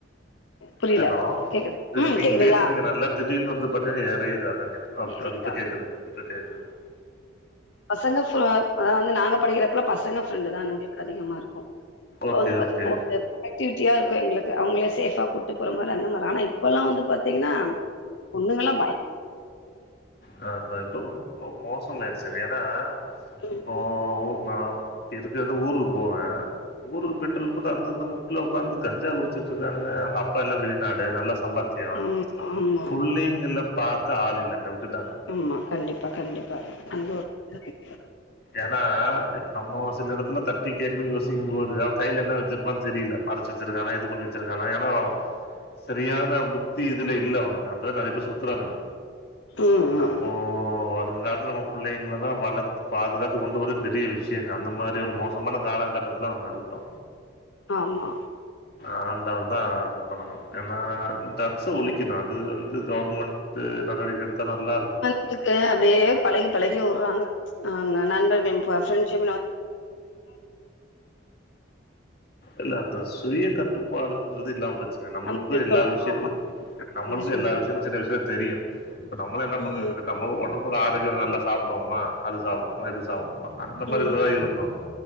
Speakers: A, on the left; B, on the left.
A: புரியல
B: ஹலோ
A: கேக்குது
B: இ
A: ம்
B: து நீங்க
A: கேக்குதுங்களா
B: பேசுறிங்க நல்லா திடீர்ன்னு வந்து பாத்தினா எறையுது அதா கேட்டே ஓகே
A: இதேதான்.
B: ஓ இப்ப கேக்குது இப்ப கேக்குது
A: பசங்க ஃபா அதாது வந்து நாங்க படிக்றப்பலா பசங்க ஃப்ரெண்டு தா எங்ளுக்கு அதிகமாருக்கு அப்ப
B: ஓகே
A: வந்து பாத்தீங்னா
B: ஓகே
A: ஒரு ப்ரோடக்டிவிட்டியா இருக்கு எங்ளுக்கு அவங்களே சேஃபா கூட்டு போற மாரி அந்த மாரி ஆனா இப்பல்லா வந்து பாத்தீங்கனா பொண்ணுங்கலா பய
B: அ இப்ப இப்போ ரொம்ப மோசமாய்ருச்சு ஏனா
A: ம்
B: இப்போ ஒ நா <unintelligible> ஊருக்கு போவே ஊருக்கு பெயிட்ருக்கும்போது அந்தந்த முக்குல உக்காந்து <unintelligible> குடிச்சிட்ருக்கானுங்க அங்க அப்பா எல்லா வெளிநாடு நல்லா சம்பாத் தியோ
A: ஆமா ஆமா
B: புள்ளிங்கள பாக்க ஆள் இல்லைங்க விட்டுட்டாங்க
A: ஆமா கண்டிப்பா கண்டிப்பா அந்த ஒரு <inaudible>
B: ஏனா இப்ப நம்ம ஒரு சில எடத்துல தட்டி கேக்கவே யோசிக்கும் போது அவே கைல என்ன வச்சிருப்பான் தெரில மற் ச்சி வச்சிருக்கானா இது பண்ணி வச்சிருக்கானா ஏனா சரியான புத்தி இதுல இல்ல அவனுங்க அப்டிதா நறைய பேர் சுத்துறானுங்க
A: ம் ம்
B: அப்போ
A: ம்
B: வருங்காலத்துல நம்ம புள்ளைங்களலா வளத் பாதுகாத்து கொண்டு போறது பெரிய விஷயங்க அந்த மாரி ஒரு மோசமான காலகட்டத்துல நம்ம இருக்குறோ
A: ஆமா
B: ஆண்டவன்தா இது பண்ணணு ஏன்னா டிரக்ஸு ஒழிக்கணு அது வந்து கவுர்மெண்ட் ட்ரு நடவடிக்க எடுத்தா நல்லாருக்கும்
A: இதுக்கு அப்டியே பழகி பழகி உர்றாங்க அங்க நண்பர் ப ஃபிரண்ட்ஷிப்
B: இல்ல அந்த சுய கட்டுப்பாடுன்றது இல்லாம போச்சுங்க நம்மளுக்கு
A: நமக்கு இருக்கணு
B: எல்லா விஷயங்களு
A: ஆமா
B: நம்மளுக்கு
A: நீங்க சொல்றீங்க
B: எல்லா விஷயமு சின்ன விஷயமு தெரியு இப்ப நம்மள என்ன பண்ணு
A: ம்
B: நம்ம ஒடம்புல ஆரோக்கிய நல்லா சாப்டுவோமா அது சாப்டுவோமா இது சாப்டுவோமா அந்த மாரிதா
A: ம்
B: இருந்தோ